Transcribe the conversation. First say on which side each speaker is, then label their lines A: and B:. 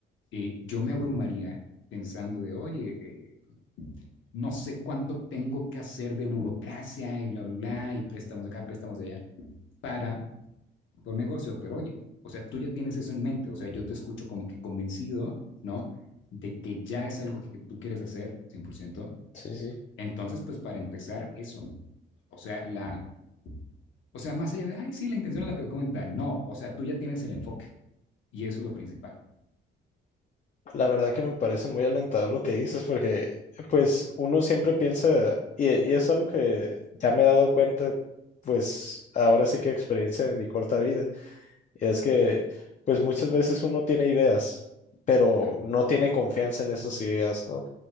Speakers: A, on the left; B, on the left.
A: eh, yo me abrumaría pensando de, oye, eh, no sé cuánto tengo que hacer de burocracia y bla, bla, bla, y préstamos de acá, préstamos de allá, para un negocio, pero oye, o sea, tú ya tienes eso en mente, o sea, yo te escucho como que convencido, ¿no? De que ya es algo que, que tú quieres hacer cien por ciento
B: Sí, sí.
A: entonces, pues para empezar, eso. O sea, la, o sea, más allá de, ay, sí, la intención es la que comenta. No, o sea, tú ya tienes el enfoque y eso es lo principal.
B: La verdad que me parece muy alentador lo que dices, porque pues uno siempre piensa, y, y es algo que ya me he dado cuenta, pues ahora sí que experiencia de mi corta vida Y es que, pues muchas veces uno tiene ideas, pero
A: Claro,
B: no tiene confianza en esas ideas, ¿no?